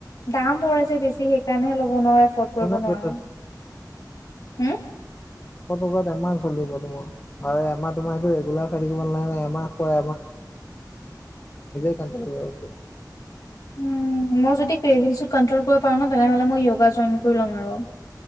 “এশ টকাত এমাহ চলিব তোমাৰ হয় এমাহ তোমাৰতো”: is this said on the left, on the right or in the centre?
Left